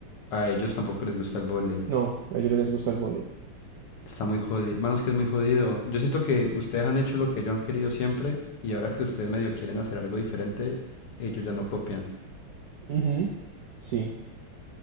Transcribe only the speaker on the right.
No, a ellos no les gusta el vóley.
Ujú, Sí.